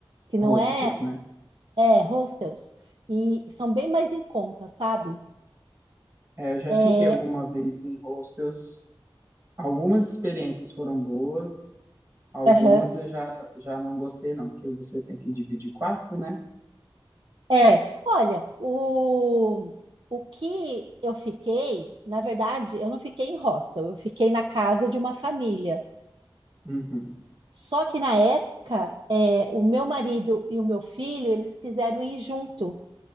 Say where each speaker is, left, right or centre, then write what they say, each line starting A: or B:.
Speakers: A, on the right; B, on the right.
A: que
B: Hostels,
A: não é,
B: né?
A: é hostels, e são bem mais em conta, sabe?
B: É, eu já
A: É,
B: fiquei alguma vez em hostels. Algumas experiências foram boas, algumas
A: aham.
B: eu já, já não gostei, não, porque você tem que dividir quarto, né?
A: É, olha, o, o que eu fiquei, na verdade, eu não fiquei em hostel, eu fiquei na casa de uma família.
B: Uhum.
A: Só que na época, é, o meu marido e o meu filho, eles quiseram ir junto.